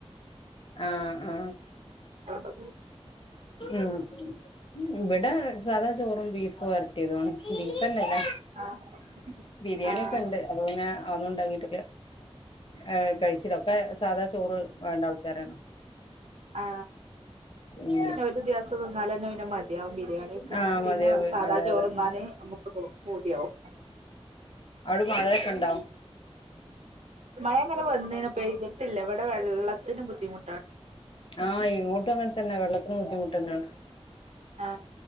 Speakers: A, on the left; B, on the right.
A: ആ ആ
B: കൊണ്ടെന്ന്
A: ഉം ഇവിടെ സാദാ ചോറും ബീഫു വരട്ടിയതു ആണ് ബീ ഫന്നല്ലേ
B: ആഹ്
A: ബിരിയാണി
B: ആഹ്
A: ഒക്കെ ഉണ്ട് അപ്പോ പിന്നെ ഒന്നും ഉണ്ടാക്കിട്ടില്ല ഏ കഴിച്ചിലൊക്കെ സാധാ ചോറ് വേണ്ട ആൾക്കാരാണ്
B: ആ
A: ഉം
B: പിന്നെ ഒരു ദിവസം തിന്നാലന്നെ പിന്നെ മതിയാ <inaudible> ത്യാവീക്കെ
A: ആഹ്
B: പിന്നെ
A: മതിയാവും
B: സാദാ
A: അതെ
B: ചോറ്
A: അതെ
B: ന്നാന് പൂതിയാവും
A: അടെ മഴെക്കെണ്ടോ
B: മഴ ഇങ്ങനെ വന്ന്ണ് പെയ്തിട്ടില്ല ഇവിടെ വെള്ളത്തിന് ബുദ്ധിമു
A: ആ ഇങ്ങോട്ടും അങ്ങൻ തന്നെ വെള്ളത്തിന് ബുദ്ധിമുട്ടന്നാണ്
B: ആ